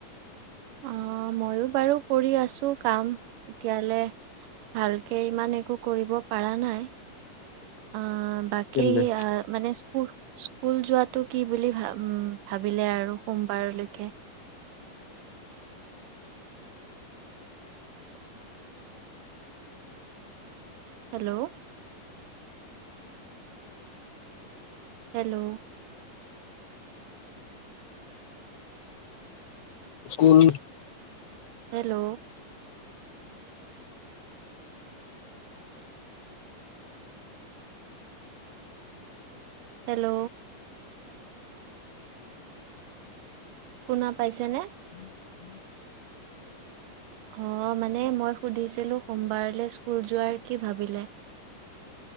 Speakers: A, on the right (about 80°); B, on the left (about 60°).
A: অ! মইও বাৰু কৰি আছো কাম। এতিয়ালে ভালকে ইমান একো কৰিব পাৰা নাই। অ! বাকী
B: কেলে
A: মানে স্কুল স্কুল যোৱাটো কি বুলি ভাবিলে আৰু সোমবাৰলৈকে? Hello! Hello!
B: School
A: hello! Hello! শুনা পাইছেনে?
B: <inaudible>
A: অ! মানে মই সুধিছিলোঁ, সোমবাৰলৈ স্কুল যোৱাৰ কি ভাবিলে?